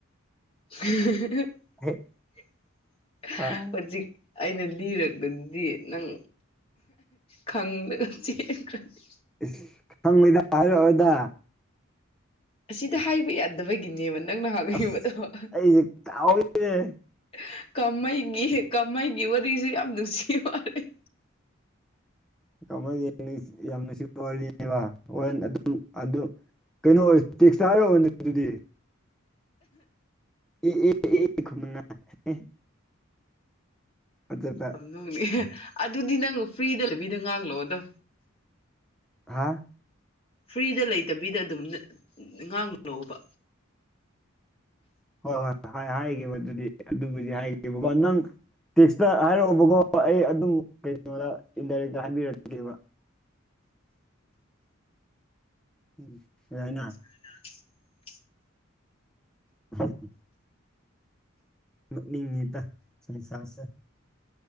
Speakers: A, on the left; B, in the centre.
A: <unintelligible>
B: ꯍꯦꯛ ꯑꯥ
A: ꯍꯨꯖꯤꯛ ꯑꯩꯅ ꯂꯤꯔꯛꯇꯗꯤ ꯅꯪ ꯈꯡꯗꯅ ꯆꯦꯟꯈ꯭ꯔꯅꯤ
B: ꯏꯁ ꯈꯪꯉꯣꯏꯗ ꯍꯥꯏꯔꯛꯑꯣꯏꯗ
A: ꯑꯁꯤꯗ ꯍꯥꯏꯕ ꯌꯥꯗꯕꯒꯤ ꯅꯦꯕ ꯅꯪꯅ ꯍꯪꯅꯤꯡꯕꯗꯣ
B: ꯑꯁ ꯑꯩꯁꯦ ꯀꯥꯎꯋꯤꯅꯦ
A: <unintelligible> ꯃꯩꯒꯤ ꯀꯃꯩꯒꯤ ꯋꯥꯔꯤꯁꯨ ꯌꯥꯝ ꯅꯨꯡꯁꯤ ꯋꯥꯅꯦ <unintelligible>
B: ꯀꯃꯩꯒꯤ ꯋꯥꯔꯤꯁꯨ ꯌꯥꯝꯅ ꯅꯨꯡꯁꯤ ꯋꯥꯔꯤꯅꯦꯕ <unintelligible> ꯑꯗꯨꯝ ꯑꯗꯨ ꯀꯩꯅꯣ <unintelligible> ꯇꯦꯛꯁꯇ ꯍꯥꯏꯔꯛꯑꯣꯅ ꯑꯗꯨꯗꯤ <unintelligible> ꯑꯗꯨꯒ
A: <unintelligible> ꯑꯗꯨꯗꯤ ꯅꯪ ꯐ꯭ꯔꯤꯗ ꯂꯩꯕꯤꯗ ꯉꯥꯡꯂꯛꯑꯣꯗꯣ
B: ꯍꯥꯥ
A: ꯐ꯭ꯔꯤꯗ ꯂꯩꯇꯕꯤꯗ ꯑꯗꯨꯝ ꯉꯥꯡꯂꯣꯕ
B: ꯍꯣꯏ ꯍꯣꯏ ꯍꯣꯏ ꯍꯥꯏꯒꯦꯕ ꯑꯗꯨꯗꯤ ꯑꯗꯨꯕꯨꯗꯤ ꯍꯥꯏꯒꯦꯕꯀꯣ ꯅꯪ ꯅꯪ ꯇꯦꯛꯁꯇ ꯍꯥꯏꯔꯛꯑꯣꯕꯀꯣ ꯑꯩ ꯑꯗꯨꯝ ꯀꯩꯅꯣꯗ ꯏꯟꯗꯥꯏꯔꯦꯛꯇ ꯍꯥꯏꯕꯤꯔꯛꯑꯒꯦꯕ <unintelligible>
A: <unintelligible>
B: <unintelligible> ꯅꯣꯛꯅꯤꯡꯉꯤꯗ ꯁꯪꯁꯥꯔꯁꯦ